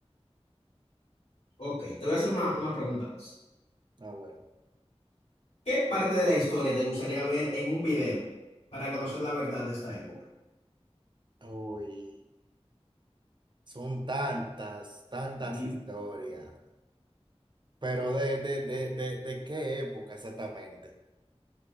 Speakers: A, on the left; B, on the right.
A: Ok, te voy a hacer una, una pregunta más.
B: Ah, bueno.
A: ¿Qué parte de la historia te gustaría ver en un video para conocer la verdad de esta época?
B: Uy. Son tantas, tantas
A: Mm,
B: historias. Pero de, de, de, de, de qué época exactamente.